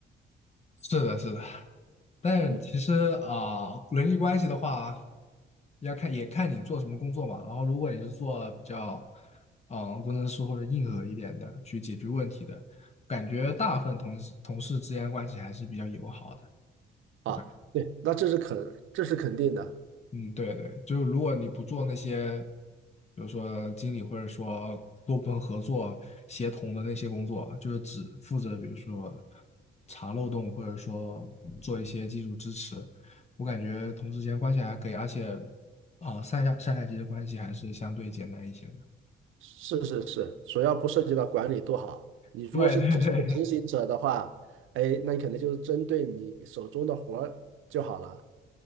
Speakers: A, on the left; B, on the right.
A: 是的，是的。但是其实啊、
B: 嗯，
A: 人际关系的话，要看也看你做什么工作嘛。然后，如果你是做比较，嗯、工程师或者硬核一点的，去解决问题的，感觉大部分同事同事之间关系还是比较友好的。
B: 啊。
A: 我感觉，
B: 对，那这是肯这是肯定的。
A: 嗯，对对，就是如果你不做那些，比如说经理或者说多部门合作协同的那些工作，就是只负责比如说查漏洞，或者说做一些技术支持，我感觉同事间关系还可以，而且啊、呃上下上下级的关系还是相对简单一些的。
B: 是是是，主要不涉及到管理多好。你如果是只是一个执行者的话，
A: <laughs> 对对对，
B: 哎，那你肯定就是针对你手中的活儿就好了。